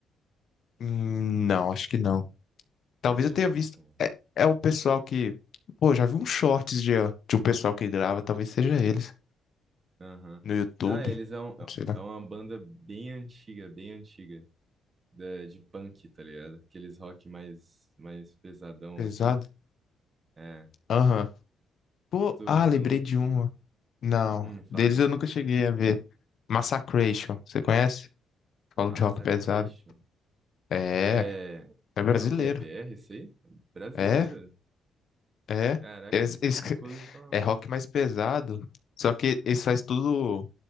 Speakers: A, on the left; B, on the right.
A: Hum, Não, acho que não. Talvez
B: Ô, louco.
A: eu tenha visto. É, é o pessoal que. Pô, já vi uns shorts de, de um pessoal que grava, talvez seja eles.
B: Aham.
A: No YouTube.
B: Não, eles é, um-
A: sei lá.
B: é uma banda bem antiga, bem antiga, da- de, punk, tá ligado? Aqueles rock mais, mais pesadão,
A: Pesado.
B: assim. É.
A: Aham. Pô,
B: Tu,
A: ah, lembrei
B: tu não...
A: de uma. Não.
B: Hum, fala
A: Deles
B: aí.
A: eu nunca cheguei a ver. Massacration. Você conhece? Falo
B: Massacration.
A: de rock pesado. É,
B: E é...
A: é brasileiro.
B: É o que? É BR isso aí? Brasileira?
A: É. É,
B: Caraca,
A: é,
B: nu-
A: es-
B: nunca ouvi falar.
A: é rock mais pesado, só que eles faz tudo,